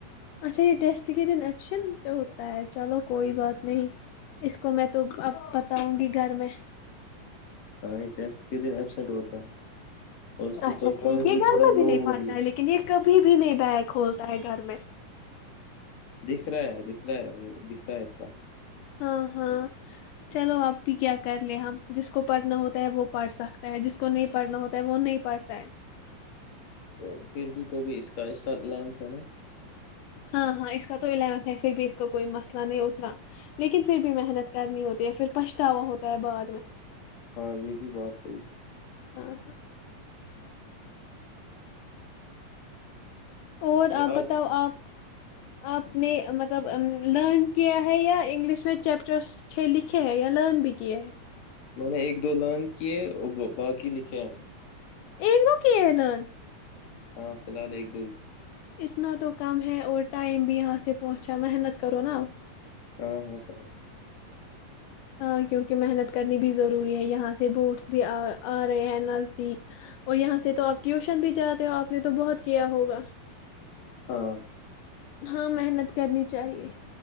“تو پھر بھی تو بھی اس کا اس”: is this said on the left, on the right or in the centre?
Left